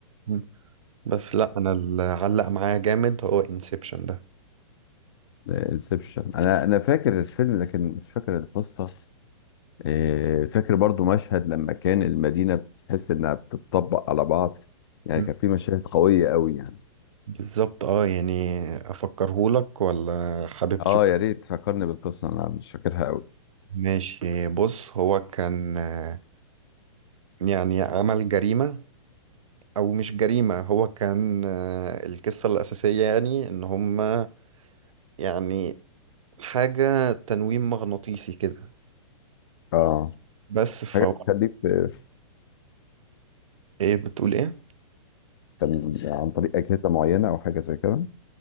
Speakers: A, on the right; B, on the left.
A: مم. بس لا انا اللي علق معايا جامد هو انسبشن ده
B: انسبشن انا انا فاكر الفيلم لكن مش فاكر القصة آه، فاكر برضو مشهد لما كان المدينة بتحس انها بتطبق على بعض يعني
A: مم.
B: كان في مشاهد قوية قوي يعني
A: بالظبط اه يعني افكرهولك ولا حابب
B: اه يا ريت فكرني بالقصة انا مش فاكرها قوي
A: ماشي بص هو كان آه، يعني عمل جريمة أو مش جريمة هو كان آه، القصة الأساسية يعني إن هما يعني حاجة تنويم مغناطيسي كده
B: اه
A: بس فهو
B: حاجه بتخليك في في
A: إيه بتقول إيه؟
B: تل- عن طريق اجهزه معينه او حاجه زي كده